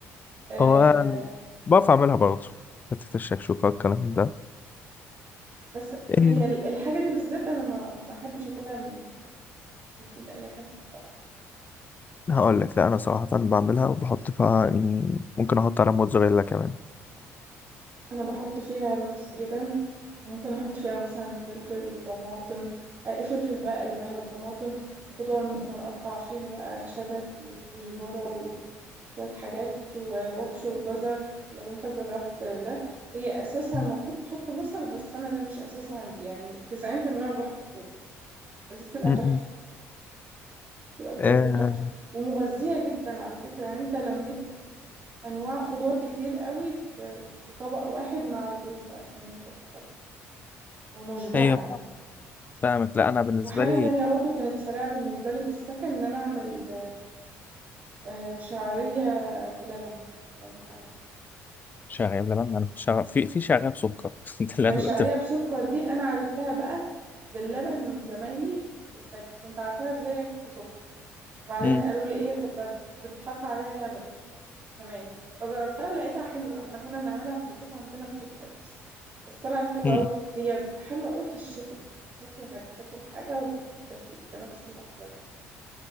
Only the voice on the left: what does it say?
هو بعرف اعملها برضه حته الشكشوكه والكلام ده
<laughs>
إيه،
هقول لك لا انا صراحه بعملها وبحط فيها يعني ممكن احط على موتزاريلا كمان
مم.
م-م.
آه
ايوه
فاهمك لا انا بالنسبه
لي
شغال لبن انا كنت شغال في في شغال سكر <laughs> ده اللي
انا
كنت ب-
مم.
مم.